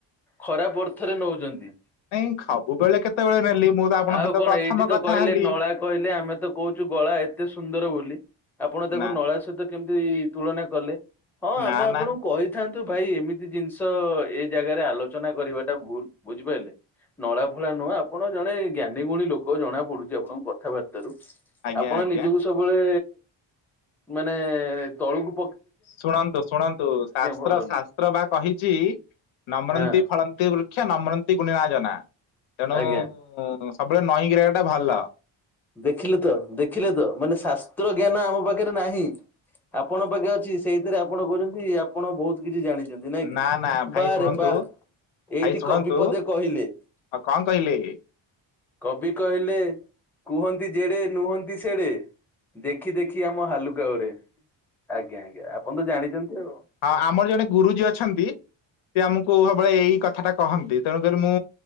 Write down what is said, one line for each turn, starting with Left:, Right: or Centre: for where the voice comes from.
Centre: ଖରାପ ଅର୍ଥରେ ନଉଚନ୍ତି।
Left: ନାଇଁ ସବୁବେଳେ କେତେବେଳେ ନେଲି ମୁଁ ତ ଆପଣଙ୍କ
Centre: ଆଉ
Left: ସହିତ
Centre: କଣ
Left: ପ୍ରଥମ
Centre: ଏଇଠି ତ
Left: କଥା
Centre: କହିଲେ
Left: ହେଲି
Centre: ନଳା କହିଲେ ଆମେ ତ କହୁଚୁ। ଗଳା ଏତେ ସୁନ୍ଦର ବୋଲି। ଆପଣ ତାକୁ
Left: ନା
Centre: ନଳା ସହିତ କେମିତି ତୁଳନା କଲେ। ହଁ
Left: ନା
Centre: ଆମେ ଆପଣଙ୍କୁ
Left: ନା
Centre: କହିଥା ତୁ ଭାଇ ଏମିତି ଜିନିଷ ଏଇ ଜାଗାରେ ଆଲୋଚନା କରିବାଟା ଭୁଲ୍ ବୁଝିପାଇଲେ। ନଳା ଫଳା ନୁହଁ ଆପଣ ଜଣେ ଜ୍ଞାନୀ ଗୁଣୀ ଲୋକ ଜଣା ପଡୁଚି ଆପଣଙ୍କ କଥାବାର୍ତ୍ତାରୁ।
Left: ଆଜ୍ଞା
Centre: ଆପଣ
Left: ଆଜ୍ଞା
Centre: ନିଜକୁ ସବୁବେଳେ ମାନେ ତଳୁକୁ
Left: ଶୁଣନ୍ତୁ ଶୁଣନ୍ତୁ ଶାସ୍ତ୍ର
Centre: ଭଲ
Left: ଶାସ୍ତ୍ର
Centre: ନୁହଁ।
Left: ବା କହିଚି। ନମ୍ରନ୍ତି
Centre: ହଁ
Left: ଫଳନ୍ତି ବୃକ୍ଷା ନମ୍ରନ୍ତି ଗୁଣିଆର ଜନା। ତେଣୁ
Centre: ଆଜ୍ଞା।
Left: ସବୁବେଳେ ନଇଁ କି ରହିବାଟା ଭଲ।
Centre: ଦେଖିଲୁ ତ ଦେଖିଲେ ତ ମାନେ ଶାସ୍ତ୍ର ଜ୍ଞାନ ଆମ ପାଖରେ ନାହିଁ। ଆପଣଙ୍କ ପାଖେ ଅଛି। ସେଇଥିରେ ଆପଣ କହୁଛନ୍ତି ଆପଣ ବହୁତ କିଛି ଜାଣି ନ୍ତି ନାଇଁ କି
Left: ନା ନା ଭାଇ
Centre: ବାରେ
Left: ଶୁଣନ୍ତୁ
Centre: ବା। ଏଇଠି
Left: ଭାଇ ଶୁଣନ୍ତୁ
Centre: କବି ପଦେ କହିଲେ।
Left: ଆଉ କଣ କହିଲେ
Centre: କବି କହିଲେ କୁହନ୍ତି ଜେଡେ ନୁହନ୍ତି ସେଡେ। ଦେଖି ଦେଖି ଆମ ହାଲୁକା ଘରେ। ଆଜ୍ଞା ଆଜ୍ଞା ଆପଣ ତ ଜାଣିଛନ୍ତି ଆଉ।
Left: ଆ ଆମର ଜଣେ ଗୁରୁଜୀ ଅଛନ୍ତି। ସେ ଆମୁକୁ ସବୁବେଳେ ଏଇ କଥା ଟା କହନ୍ତି। ତେଣୁକରି ମୁଁ